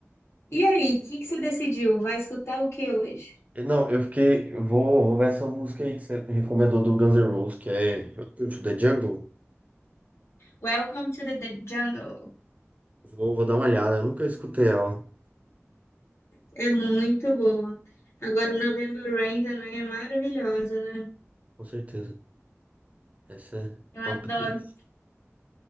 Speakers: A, on the left; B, on the right.
A: E aí, o que que você decidiu? Vai escutar o que hoje?
B: E Não, eu fiquei. Vou, vou ver essa música aí que você recomendou do Guns N' Roses, que é Welcome to the Jungle.
A: Welcome to the the jungle.
B: Vou, vou dar uma olhada. Eu nunca escutei ela.
A: É muito boa. Agora, o November Rain também é maravilhosa, né?
B: Com certeza. Essa é
A: Eu
B: top
A: adoro.
B: deles.